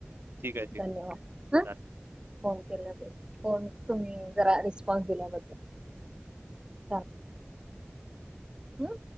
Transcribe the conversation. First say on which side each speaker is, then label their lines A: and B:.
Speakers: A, on the right; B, on the right.
A: ठीक आहे ठीक
B: धन्यवाद
A: आहे
B: हा
A: चालेल
B: फोन केल्याल फोन तुम्ही जरा रिस्पॉन्स दिल्याबद्दल चालेल. हं